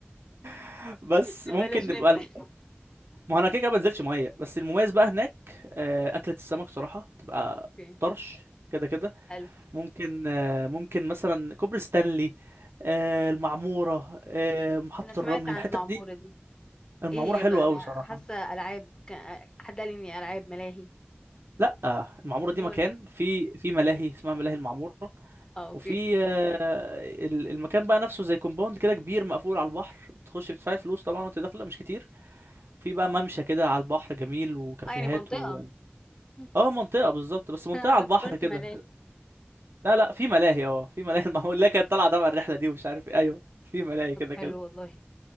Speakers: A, on the right; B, on the left.
A: <laughs> بس
B: لا،
A: ممكن
B: بلاش
A: نبقى
B: ننزل
A: الم... ما هو انا كده كده ما بنزلش ميه بس المميز بقى هناك آه، اكله السمك صراحه بتبقى
B: اوكي
A: طرش كده كده
B: حلو
A: ممكن آه، ممكن مثلا كوبري ستانلي آه، المعموره آه، محطه
B: انا سمعت
A: الرمل
B: عن
A: الحتت
B: المعموره
A: دي
B: دي
A: المعموره
B: ايه
A: حلوه
B: هي بقى انا
A: قوي صراحه
B: حاسه العاب كان حد قال لي اني العاب ملاهي
A: لا المعموره
B: مول
A: دي مكان في في ملاهي اسمها ملاهي المعموره
B: اه اوكي
A: وفي آه، ال- المكان بقى نفسه زي كومباوند كده كبير مقفول على البحر بتخش بتدفعي فلوس طبعا وانت داخله مش كتير في بقى ممشى كده على البحر جميل وكافيهات
B: اه يعني منطقه
A: و...
B: <laughs>
A: اه منطقه بالظبط بس منطقه
B: انا
A: على البحر
B: افتكرت
A: كده
B: ملاهي
A: لا لا في ملاهي اه في ملاهي <laughs> المعمول لا كانت طالعه تبع الرحله دي ومش عارف ايه ايوه في ملاهي
B: طب
A: كده
B: حلو
A: كده
B: والله